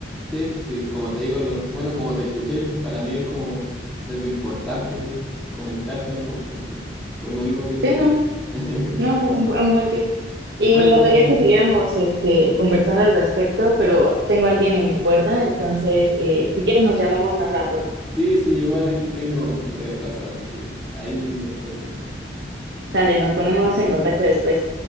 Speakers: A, in the centre; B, on the right.
A: Sí, sí, como te digo, lo, bueno, como te escuché, para mí es como, no sé, pues, importante comentártelo, ¿no? Así que, por lo mismo que te
B: Sí,
A: digo.
B: no,
A: <laughs>
B: No, un, bu- un buen tip. Y
A: Bueno,
B: me encantaría que siguiéramos este, conversando al respecto, pero tengo a alguien en mi puerta, entonces eh, si quieres nos llamamos más rato.
A: sí, sí, igual aquí tengo, voy atrasado, así que ahí después sí.
B: Sale, nos ponemos en contacto después.